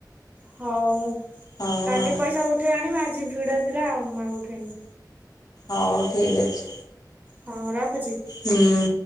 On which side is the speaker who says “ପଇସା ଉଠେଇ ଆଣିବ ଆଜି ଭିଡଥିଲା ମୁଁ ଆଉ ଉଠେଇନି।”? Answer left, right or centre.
Right